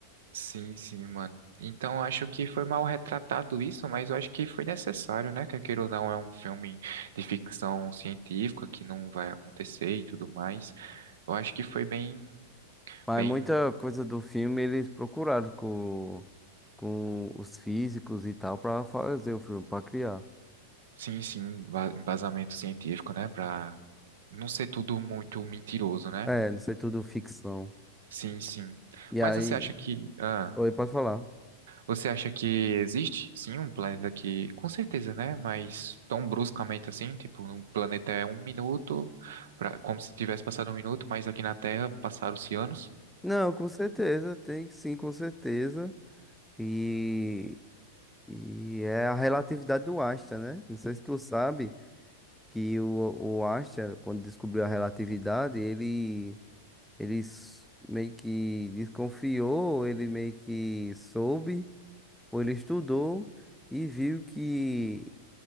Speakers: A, on the right; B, in the centre.
A: Sim, sim, mano. Então acho que foi mal retratado isso, mas eu acho que foi necessário, né? Que aquilo não é um filme de ficção científica que não vai acontecer e tudo mais. Eu acho que foi bem,
B: Mas
A: bem,
B: muita coisa do filme eles procuraram com, com os físicos e tal pra fazer o filme, pra criar.
A: sim, sim, um ba- embasamento científico, né? Pra não ser tudo muito mentiroso, né?
B: É, não sei, tudo ficção.
A: Sim, sim.
B: E
A: Mas
B: aí,
A: você acha que, ah,
B: oi, pode falar?
A: Você acha que existe, sim, um planeta que, com certeza, né? Mas tão bruscamente assim, tipo, um planeta é um minuto, pra, como se tivesse passado um minuto, mas aqui na Terra passaram-se anos.
B: Não, com certeza, tem sim, com certeza. E, e é a relatividade do Einstein, né? Não sei se tu sabe que o, o Einstein, quando descobriu a relatividade, ele, ele s- meio que desconfiou, ele meio que soube, ou ele estudou e viu que,